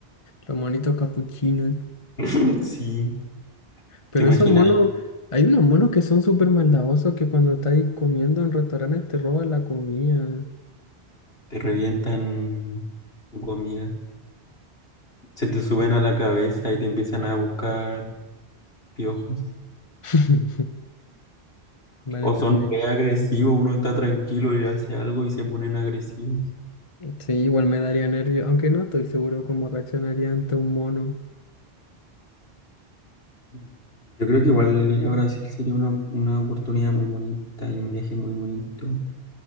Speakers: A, on the left (about 30°); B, on the left (about 70°).
A: Los monitos capuchinos.
B: <laughs> Sí,
A: Pero
B: te imaginas,
A: esos monos, hay unos monos que son súper maldadosos que cuando estáis comiendo en restaurantes te roban la comida.
B: te revientan tu comida, se te suben a la cabeza y te empiezan a buscar piojos.
A: <laughs> Vale,
B: O
A: también.
B: son re agresivos, uno está tranquilo y hace algo y se ponen agresivos.
A: Sí, igual me daría nervio, aunque no estoy seguro cómo reaccionaría ante un mono.
B: Mm, Yo creo que igual ir a Brasil sería una, una oportunidad muy bonita y un viaje muy bonito.